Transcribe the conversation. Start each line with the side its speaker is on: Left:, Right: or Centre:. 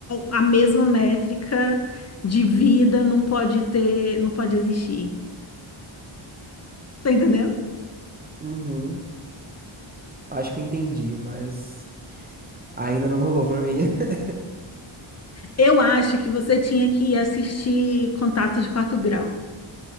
Left: a mesma métrica de vida não pode ter, não pode existir. Tá entendendo?
Right: Uhum. Acho que eu entendi, mas ainda não rolou pra mim. <laughs>
Left: Eu acho que você tinha que assistir Contato de Quarto Grau.